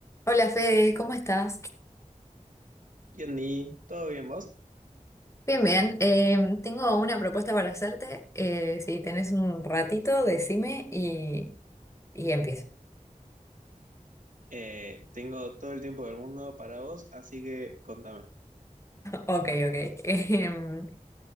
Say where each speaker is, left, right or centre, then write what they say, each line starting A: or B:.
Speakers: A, on the left; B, on the right.
A: Hola Fede, ¿cómo estás?
B: Yandy, ¿todo bien vos?
A: Bien, bien. Eh, tengo una propuesta para hacerte. Eh, si tenés un ratito, decime y, y empiezo. <laughs>
B: Eh, tengo todo el tiempo del mundo para vos, así que contame.
A: Ok, ok. Em,